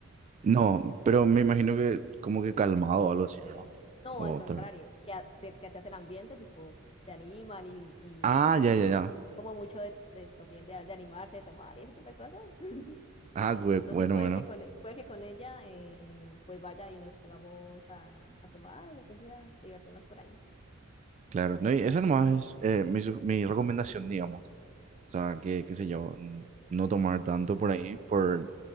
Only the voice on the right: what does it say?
no, pero me imagino que como que calmado o algo así, ¿verdad?
O
tal-
Ah,
ya, ya,
ya.
Ah, güe-
bueno,
bueno.
Claro,
no, y
esa nomás es eh, mi, su- mi recomendación, digamos. O sea, que, qué sé yo, n- no tomar tanto por ahí por,